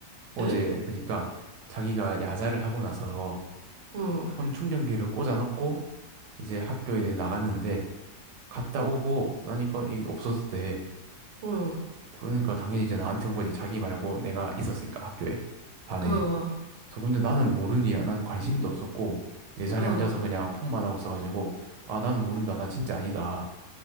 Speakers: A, on the right; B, on the right.
A: 어제
B: 에?
A: 그러니까 자기가 야자를 하고 나서
B: 어,
A: 폰 충전기를 꽂아놓고 이제 학교에 나갔는데 갔다 오고 나니까 이게 없어졌대.
B: 어,
A: 그러니까 당연히 이제 나한테 온 거지. 자기 말고 내가 있었으니까 학교에 반에.
B: 어,
A: 그래서 근데 나는 모르는 일이야. 나는 관심도 없었고 내 자리에
B: 어,
A: 앉아서 그냥 폰만 하고 있어가지고 아 나는 모른다. 나 진짜 아니다.